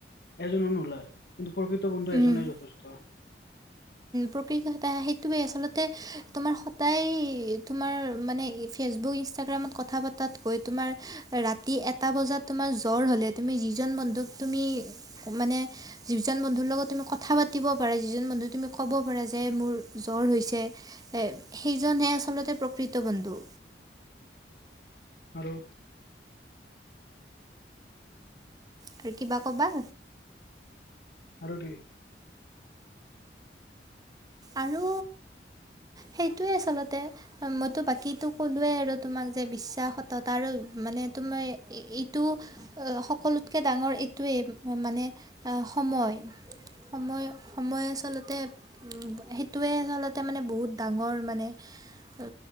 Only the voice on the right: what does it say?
উম
প্ৰকৃত এ সেইটোৱেই আচলতে তোমাৰ সদায় তোমাৰ মানে ফেচবুক ইনষ্টাগ্ৰামত কথা পা তাতকৈ তোমাৰ ৰাতি এটা বজাত তোমাৰ জ্বৰ হ'লে তুমি যিজন বন্ধুক তুমি মানে যিজন বন্ধুৰ লগত তুমি কথা পাতিব পাৰা যিজন বন্ধু তুমি ক'ব পৰা যে মোৰ জ্বৰ হৈছে সেইজনহে আচলতে প্ৰকৃত বন্ধু
আৰু কিবা ক'বা
আৰু সেইটোৱে আচলতে মইতো বাকীো কলোোৱে আৰু তোমাক যে বিশ্বাসতত আৰু মানে তোমাৰ এইটো সকলোতকে ডাঙৰ টোৱেই মানে সময় সময় সময় আচলতে সেইটোৱে আচলতে মানে বহুত ডাঙৰ মানে উ